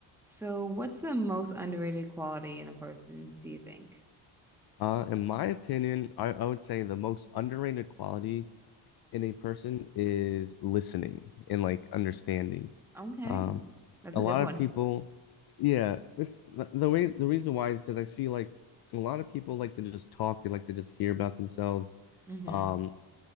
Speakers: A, in the centre; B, on the left.
A: So, what's the most underrated quality in a person, do you think?
B: Uh, in my opinion, I, I would say the most underrated quality in a person is listening and like understanding.
A: Okay,
B: Um,
A: that's
B: a
A: a
B: lot
A: good one.
B: of people, yeah, it's, the the way the reason why is because I feel like a lot of people like to just talk, they like to just hear about themselves.
A: Mm-hmm.
B: Um,